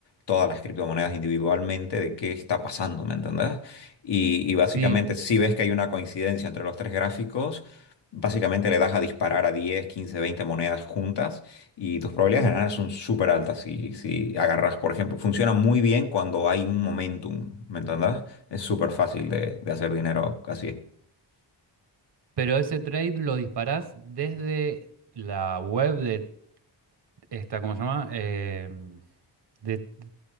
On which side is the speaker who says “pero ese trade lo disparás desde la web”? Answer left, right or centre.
Right